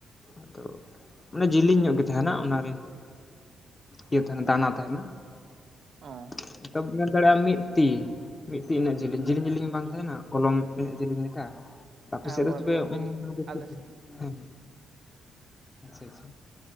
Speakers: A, on the left (about 20°); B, on the right (about 50°).
A: ᱟᱫᱚ ᱚᱱᱮ ᱡᱮᱞᱮᱧ ᱧᱚᱜ ᱜᱮ ᱛᱟᱦᱮᱱᱟ ᱚᱱᱟ ᱨᱮ ᱤᱭᱟᱹ ᱛᱟᱦᱮᱱᱟ ᱫᱟᱱᱟ ᱛᱟᱦᱮᱱᱟ᱾
B: ᱚᱸ
A: <inaudible> ᱫᱟᱲᱮᱭᱟᱜᱼᱟ ᱢᱤᱫ ᱛᱤ ᱢᱤᱫ ᱛᱤ ᱨᱮᱱᱟᱜ ᱡᱤᱱᱤᱥ ᱡᱮᱞᱤᱧ ᱡᱮᱞᱤᱧ ᱵᱟᱝ ᱛᱟᱦᱮᱱᱟ ᱠᱚᱞᱚᱢ ᱡᱤᱞᱤᱧ ᱞᱮᱠᱟ ᱟᱯᱮ
B: ᱦᱮᱸ
A: ᱥᱮᱫ
B: ᱵᱚᱨᱵᱚᱴᱤ
A: ᱨᱮ ᱛᱚᱵᱮ <unintelligible>
B: ᱟᱞᱮ ᱥᱮᱫ
A: ᱦᱮᱸ ᱟᱪᱪᱷᱟ ᱟᱪᱪᱷᱟ